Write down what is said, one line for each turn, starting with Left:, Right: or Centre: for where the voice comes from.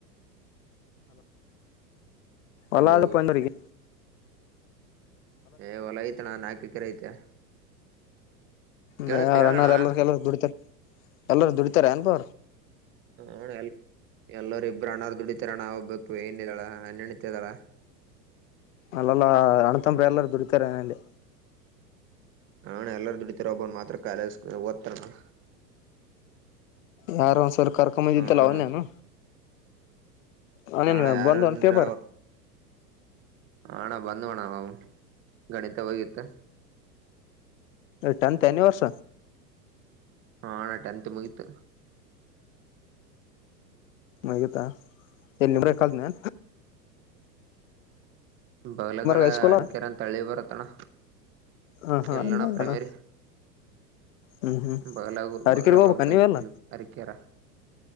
Right: ಹಲೋ
Left: ಒಲಾಗ ಪಯಂದಡಿಗೆ
Right: ಏ ಹೊಲ ಐತಣ ನಾಕ ಕರೆ ಐತೆ ಕೇಳತ್ತ
Left: ಮ ಅವ್ರ
Right: ಹೇಳಣ್ಣ
Left: ಅಣ್ಣ್ರ ಎಲ್ಲಾರ ಕೆ ಬಿಡತಾರೆ ಎಲ್ಲರು ದುಡಿತಾರ ಏನ್ ಬ್ರ
Right: ಹಣ ಎ ಎಲ್ಲರು ಇಬ್ಬರು ಅಣಾರ್ ದುಡಿತಾರ ಅಣ್ಣ ಒಬ್ಬಬೇಕಿ ವೈನಿದಾಳ್ ಹನೆರಡನೆತೆ ಅದಳ
Left: ಅಲ್ಲಲ್ಲ ಅಣ್ತಮ್ಮರ ಎಲ್ಲರು ದುಡತಾರೆಏನೆ
Right: ನಾ ಎಲ್ಲಾರ ದುಡಿತಾರ ಒಬ್ಬನ್ ಮಾತ್ರ ಕಾಲೇಜ್ ಓದ್ತಾರ ನ
Left: ಯಾರು ಒಂದು ಸರ್ ಕರ್ಕೊಂಬಂದಿದ್ದೆಲ್ಲ
Right: ಹಣ
Left: ಅವನೇನು ಅವನೇನ್
Right: ಹಣ ಯಾರ
Left: ಬಂದ್
Right: ಅಂದ್ರ
Left: ಒಂದ್ ಪೇಪರ್
Right: ಹಣ ಬ ಣ ಆ ಗಣಿತ ಹೋಗಿತ್ತ
Left: ಟೆಂತ್ ಎನಿ ವರ್ಷ
Right: ಹಾಣ್ಣ ಟೆಂತ್ ಮುಗೀತು
Left: ಮಗತ್ತಾ ಎಲ್ಲಿ ಊರ ಕಲ್ನೇ
Right: ಬಲಗಳ
Left: ಹೈಸ್ಕೂಲ
Right: ಅರಿಕೆರ ಅಂತ ತಳ್ಳಿ ಬರತ್ತಣ್ಣ
Left: ಹ ಹಾ
Right: ಎಲ್ಲಣ್ಣ
Left: ಅಲ್ಲಿ ಅದಾನ
Right: ಪ್ರೇಮೇರಿ
Left: ಹ್ಮ್ ಹ್ಮ್
Right: ಬಗಲಗು
Left: ಅರಕೇರಿ
Right: ಬಾಗಲಬಾಬುಕ
Left: ಹೋಗ್ಬೇಕ ನೀವೆಲ್ಲ
Right: ಹೈ ಸ್ಕೂಲ್ ಹರಿಕೆರ.